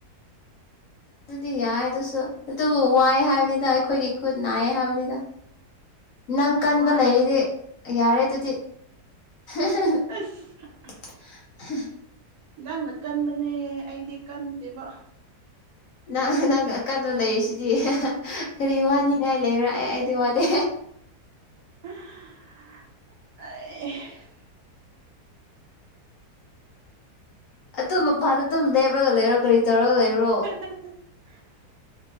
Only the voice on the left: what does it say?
ꯑꯗꯨꯗꯤ ꯌꯥꯏ ꯑꯗꯨꯁꯨ ꯑꯗꯨꯕꯨ ꯋꯥꯏ ꯍꯥꯏꯕꯅꯤꯗ ꯑꯩꯈꯣꯏꯒꯤ ꯈꯨꯠ ꯅꯥꯏꯌꯦ ꯍꯥꯏꯕꯅꯤꯗ ꯅꯪ ꯀꯟꯕ
ꯂꯩꯔꯤꯗꯤ ꯌꯥꯔꯦ ꯑꯗꯨꯗꯤ <unintelligible>
<inaudible>
ꯅꯪ ꯅꯪ ꯑꯀꯟꯕ ꯂꯩꯔꯤꯁꯤꯗꯤ ꯀꯔꯤ ꯋꯥꯅꯤꯡꯉꯥꯏ ꯂꯩꯕ꯭ꯔꯥ ꯑꯩ ꯑꯩꯗꯤ ꯋꯥꯗꯦ
ꯑꯗꯨ ꯃꯄꯥꯟꯗ ꯑꯗꯨꯝ ꯂꯦꯞꯔꯒ ꯂꯩꯔꯣ ꯀꯔꯤ ꯇꯧꯔꯒ ꯂꯩꯕ꯭ꯔꯣ